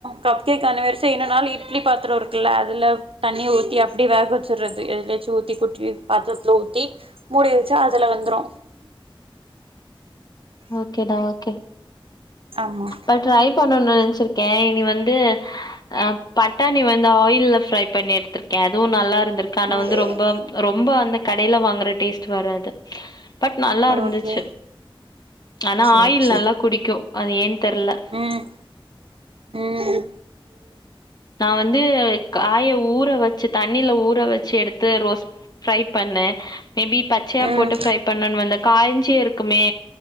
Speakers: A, on the right; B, on the left.
A: கப் கேக் ஆன வரிச இன்னொ நாள் இட்லி பாத்ரோ இருக்குல்ல அதுல தண்ணியே ஊத்தி அப்டி வேக வச்சுர்றது எதுலாச்சு ஊத்தி குட்டி பாத்துரத்துல ஊத்தி மூடி வச்சா அதுல வந்துரு
B: ஓகேடா ஓகே
A: ஆமா
B: அ ட்ரை பண்ணுன் நா நென்ச்சிருக்கே இனி வந்து அ பட்டாணி வந்து ஆயில்ல ஃப்ரை பண்ணி எடுத்திருக்கே அதுவு நல்லா இருந்திருக்கு ஆனா
A: ம்
B: வந்து ரொம்ப ரொம்ப அந்த கடையில வாங்கற டேஸ்ட் வராது பட் நல்லா இருந்துச்சு
A: ஓகே
B: ஆனா
A: சேரி
B: ஆயில்
A: சேரி
B: நல்லா குடிக்கு அது ஏன் தெர்ல
A: ம் ம்
B: நா வந்து காய ஊற வச்சு தண்ணில ஊற வச் சி எடுத்து ரோஸ் ப்ரை பண்ண மேபி பச்சையா
A: ம்
B: போட்டு ப்ரை பண்ணன் வந்த காய்ஞ்சி இருக்குமே